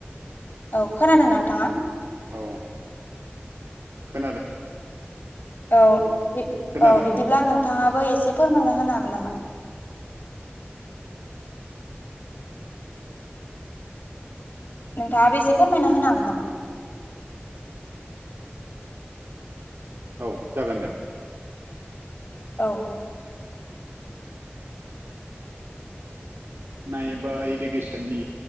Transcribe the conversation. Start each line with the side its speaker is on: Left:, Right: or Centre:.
Left: औ खोनादोंना नोंथाङा?
Right: औ खोनादों
Left: औ
Right: खोनादों
Left: औ बिदिब्ला नोंथाङाबो
Right: उम
Left: एसे फोरमायना होनो हागोन नामा? नोंथाङाबो एसे फोरमायना होनो हागोन नामा?
Right: औ जागोन दे।
Left: औ
Right: नायोबा इडुकेसननि